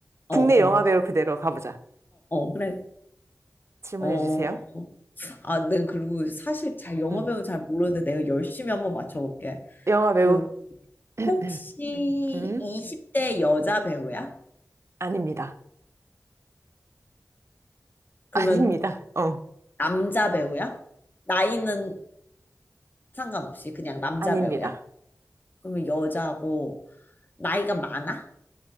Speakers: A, on the right (about 50°); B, on the left (about 35°).
A: 국내
B: 응 어
A: 영화
B: 어어어
A: 배우 그대로 가보자.
B: 그래
A: 질문해
B: 어
A: 주세요.
B: 아, 내가 그리고 사실 잘 영화배우
A: 응.
B: 잘 모르는데 내가 열심히 한번 맞춰볼게.
A: 영화 배우,
B: 그
A: <clears throat>
B: 혹시
A: 음?
B: 20대 여자 배우야?
A: 아닙니다.
B: 그러면
A: 아닙니다. 어.
B: 남자 배우야? 나이는 상관없이 그냥 남자
A: 아닙니다.
B: 배우야? 그러면 여자고 나이가 많아?